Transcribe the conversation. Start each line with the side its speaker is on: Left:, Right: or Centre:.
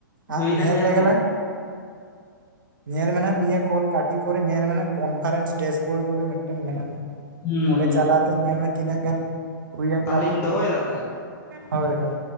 Right: ᱟᱨ
Left: ᱦᱩᱭᱱᱟ
Right: ᱧᱮᱞ ᱞᱮᱜᱮᱞᱟᱝ
Left: ᱢᱮ
Right: ᱧᱮᱞ ᱢᱮᱱᱟᱜ ᱱᱤᱭᱟᱹ ᱠᱚᱞ ᱠᱟᱹᱴᱤ ᱯᱚᱨᱮ ᱧᱮᱞ ᱢᱮ ᱱᱟᱜ ᱠᱚᱱᱯᱷᱟᱨᱮᱱᱥ ᱰᱮᱥᱵᱳᱨᱰ ᱵᱚᱞᱮ ᱢᱤᱫᱴᱟᱝ ᱢᱮᱱᱟᱜ-ᱟ᱾
Left: ᱦᱩᱸ
Right: ᱚᱸᱰᱮ
Left: ᱦᱩᱸ
Right: ᱪᱟᱞᱟᱣ ᱛᱮ ᱧᱮᱞ ᱢᱮ ᱛᱤᱱᱟᱹᱜ ᱜᱟᱱ ᱦᱩᱭᱮᱱ
Left: ᱛᱟᱦᱚᱞᱮᱧ
Right: ᱛᱟᱢᱟ᱾
Left: ᱫᱚᱦᱚᱭᱮᱫᱟ ᱛᱟᱦᱚᱞᱮ
Right: ᱦᱳᱭ ᱦᱳᱭ